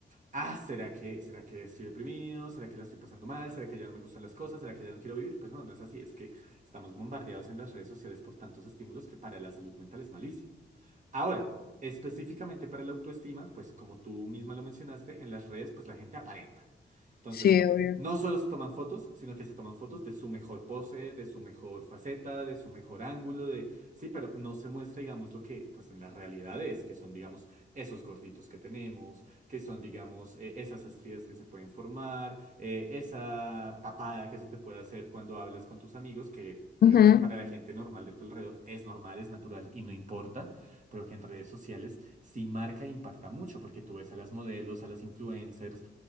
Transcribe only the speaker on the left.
Sí, obvio.
Ujú,